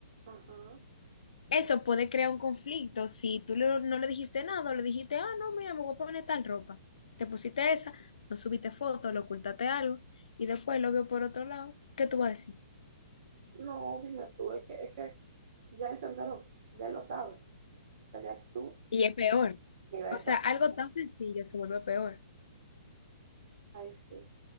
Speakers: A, on the right; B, on the left.
A: Ajá.
B: Eso puede crear un conflicto. Si tú le- no le dijiste nada, o le dijiste, ah, no, mira, me voy a poner tal ropa. Te pusiste esa, no subiste foto, lo ocultaste algo y después lo vio por otro lado. ¿Qué tú vas a decir?
A: No, dime tú, es que, es que ya él se enteró, ya él lo sabe. O sea, ya tú,
B: Y es peor.
A: mira
B: O
A: esa.
B: sea, algo tan sencillo se vuelve peor.
A: Ay, sí.